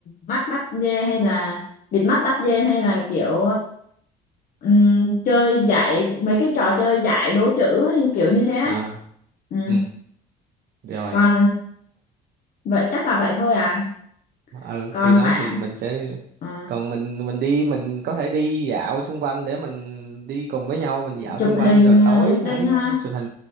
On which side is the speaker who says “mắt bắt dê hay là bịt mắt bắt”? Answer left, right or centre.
Left